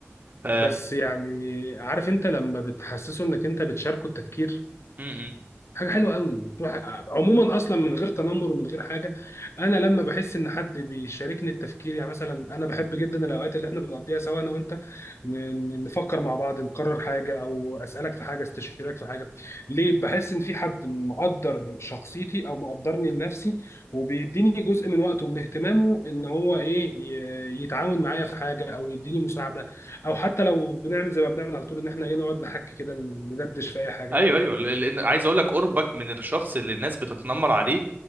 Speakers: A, on the right; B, on the left.
A: ف...
B: بس يعني عارف انت لما بتحسسه انك انت بتشاركه التفكير
A: م- م.
B: حاجه حلوه قوي تروح عموما اصلا من غير تنمر ومن غير حاجه انا لما بحس ان حد بيشاركني التفكير يعني مثلا انا بحب جدا الاوقات اللي احنا بنقضيها سوا انا وانت ن- نفكر مع بعض نقرر حاجه او اسالك في حاجه استشيرك في حاجه ليه بحس ان في حد مقدر شخصيتي او مقدرني لنفسي وبيديني جزء من وقته ومن اهتمامه ان هو ايه ي- يتعاون معايا في حاجه او يديني مساعده او حتى لو بنعمل زي ما بنعمل على طول ان احنا ايه نقعد نحكي كده ندردش في اي حاجه
A: ايوه ايوه لان عايز اقول لك قربك من الشخص اللي الناس بتتنمر عليه